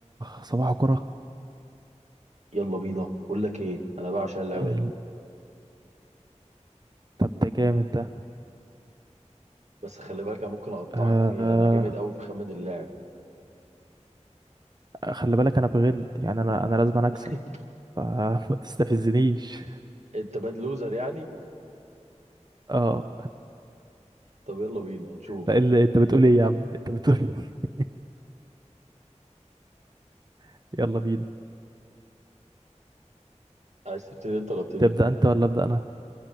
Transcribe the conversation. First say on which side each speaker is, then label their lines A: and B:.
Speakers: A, on the right; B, on the right.
A: صباح كرة
B: يلا بينا بقول لك ايه انا بعشق اللعبه
A: ال...
B: دي
A: طب ده جامد ده
B: بس خلي بالك انا ممكن اقطعك
A: آه...
B: فيها انا جامد قوي في خمن اللاعب
A: خلي بالك انا بغل يعني انا انا لازم أنا اكسب
B: <laughs>
A: فما <laughs> تستفزنيش
B: انت باد لوزر يعني
A: اه
B: طب يلا بينا هنشوف
A: لا اللي انت بتقول ايه يا عم انت بتقول إيه؟ <laughs> يلا بينا
B: عايز تبتدي انت ولا ابتدي
A: تبدأ
B: أنا؟
A: انت ولا ابدأ انا